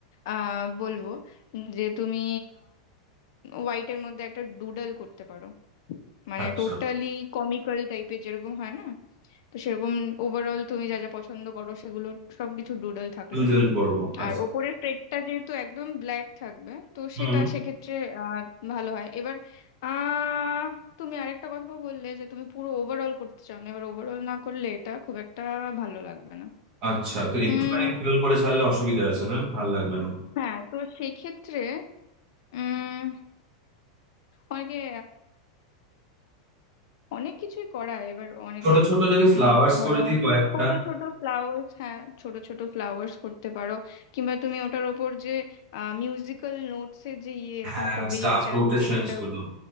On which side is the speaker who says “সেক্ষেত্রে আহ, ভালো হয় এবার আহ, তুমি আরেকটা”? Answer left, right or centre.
Left